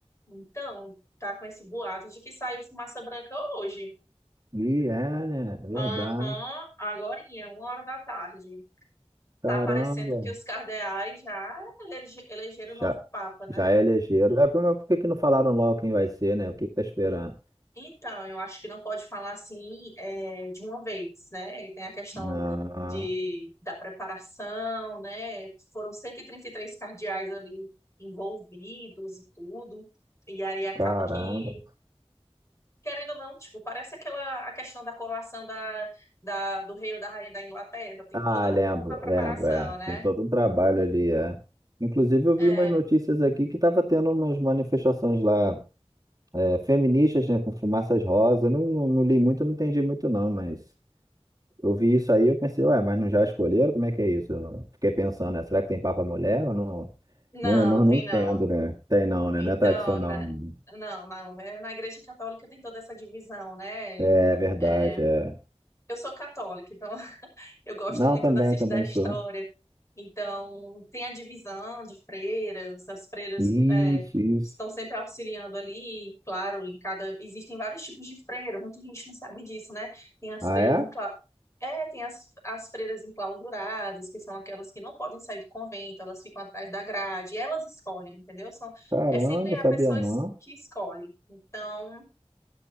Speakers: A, on the left; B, on the right.
A: Então, tá com esse boato de que saiu fumaça branca hoje.
B: E é, né? Verdade.
A: Aham, agorinha, uma hora da tarde.
B: Caramba.
A: Tá parecendo que os cardeais já elege- elegeram o novo
B: Já,
A: Papa, né?
B: já é elegeram. É, mas por que que não falaram logo quem vai ser, né? O que que tá esperando?
A: Então, eu acho que não pode falar assim é, de uma vez, né? E tem a questão
B: Ah,
A: de, da preparação, né? Foram cento e e trinta e três cardeais ali envolvidos e tudo. E aí acaba
B: caramba.
A: que, querendo ou não, tipo, parece aquela a questão da coroação da, da, do rei ou da rainha da Inglaterra. Tem
B: Ah,
A: toda
B: lembro,
A: uma preparação,
B: lembro, é.
A: né?
B: Tem todo um trabalho ali, é. Inclusive, eu
A: É,
B: vi umas notícias aqui que estava tendo umas manifestações lá, é, feministas, né, com fumaças rosa. Eu Não, não, não li muito, não entendi muito, não, mas eu vi isso aí, eu pensei, ué, mas não já escolheram? Como é que é isso? Eu Fiquei pensando, né, será que tem papa mulher? Eu não,
A: não,
B: não, não,
A: tem
B: não entendo,
A: não.
B: né? Tem não, né?
A: Então,
B: Não é tradicional.
A: na,
B: né?
A: não, não. é, Na Igreja Católica tem toda essa divisão, né?
B: É, é verdade,
A: É,
B: é.
A: Eu sou católica, então <laughs> eu gosto
B: Não,
A: muito
B: também,
A: da, cis-
B: também
A: da história.
B: sou.
A: Então, tem a divisão de freiras, as freiras
B: Isso,
A: é,
B: isso.
A: estão sempre auxiliando ali, e, claro, em cada. Existem vários tipos de freira, muita gente não sabe disso, né? Tem as
B: Ah,
A: freiras
B: é?
A: encla... é, tem as, as freiras enclausuradas, que são aquelas que não podem sair do convento, elas ficam atrás da grade, elas escolhem, entendeu? São...
B: Caramba,
A: É sempre a
B: sabia
A: pessoa
B: não.
A: es- que escolhe. Então,